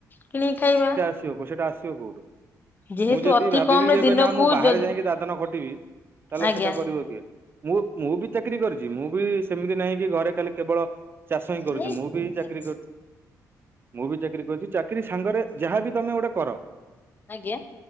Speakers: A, on the left (about 30°); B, on the right (about 35°).
A: କିଣିକି ଖାଇବା।
B: ସିଅକୁ ସେଟା ଆସିବ କୋଉଠୁ?
A: ଯେହେତୁ
B: ମୁଁ ଯେଦି
A: ଅତି
B: ଭାବିବି
A: କମ ରେ
B: କି ଏବେ
A: ଦିନକୁ
B: ନାଁ ମୁଁ ବାହାରେ
A: ଯ
B: ଯାଇଁକି ଦାଦନ ଖଟିବି ତାହେଲେ
A: ଆଜ୍ଞା
B: ସେଟା କରିବ କିଏ? ମୁଁ ମୁଁ ବି ଚାକିରି କରିଚି। ମୁଁ ବି ସେମିତି ନାହିଁ କି ଘରେ ଖାଲି କେବଳ ଚାଷ ହିଁ କରୁଚି
A: ନାଇଁ
B: ମୁଁ ବି ଚାକିରି
A: ଆଜ୍ଞା
B: କରୁଚି ମୁଁ ବି ଚାକିରି କରଚି ଚାକିରି ସାଙ୍ଗରେ ଯାହା ବି ତମେ ଓଟେ କର।
A: ଆଜ୍ଞା।